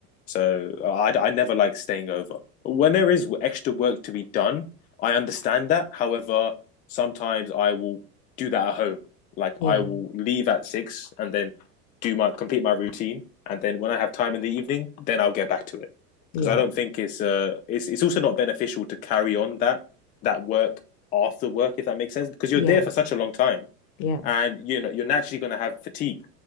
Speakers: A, on the left; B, on the left.
A: so I I never like staying over. When there is extra work to be done, I understand that. However, sometimes I will do that at home. Like
B: Yeah.
A: I will leave at six and then do my complete my routine and then when I have time in the evening, then I'll get back to it
B: Yeah.
A: because I don't think it's uh it's it's also not beneficial to carry on that that work after work if that makes sense because you're
B: Yeah.
A: there for such a long time
B: Yeah.
A: and you know you're naturally going to have fatigue